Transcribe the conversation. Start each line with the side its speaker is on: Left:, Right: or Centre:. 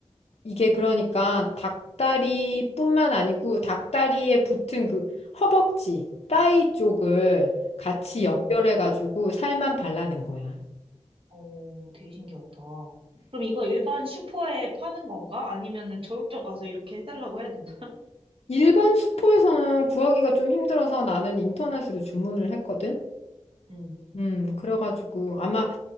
Left: 이게 그러니까 닭다리뿐만 아니고 닭다리에 붙은 그 허벅지, 따위 쪽을 같이
Right: 응.
Left: 연결해가지고 살만 발라낸 거야.
Right: 어, 되게 신기하다. 그럼 이거 일반 슈퍼에 파는 건가? 아니면은 저육점 가서 이렇게 해달라고 해야 되나?
Left: 일반 슈퍼에서는 구하기가 좀 힘들어서 나는 인터넷으로 주문을 했거든.
Right: 응.
Left: 음, 그래가지고 아마